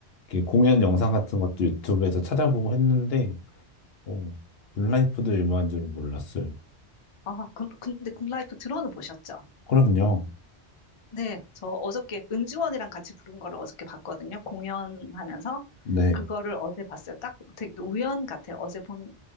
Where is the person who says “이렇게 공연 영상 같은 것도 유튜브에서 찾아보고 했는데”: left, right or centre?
Left